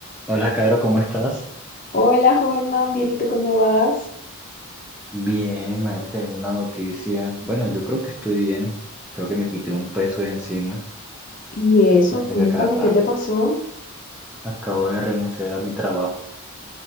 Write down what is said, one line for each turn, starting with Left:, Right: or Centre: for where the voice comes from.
Centre: Hola, Caro, ¿cómo estás?
Left: Hola, Holman, bien, ¿y tú cómo vas?
Centre: Bien, madre, te tengo una noticia. Bueno, yo creo que estoy bien. Creo que me quité un peso de encima.
Left: Y eso,
Centre: Madre,
Left: cuéntame,
Centre: que acá, ah,
Left: ¿qué te pasó?
Centre: acabo de renunciar a mi trabajo.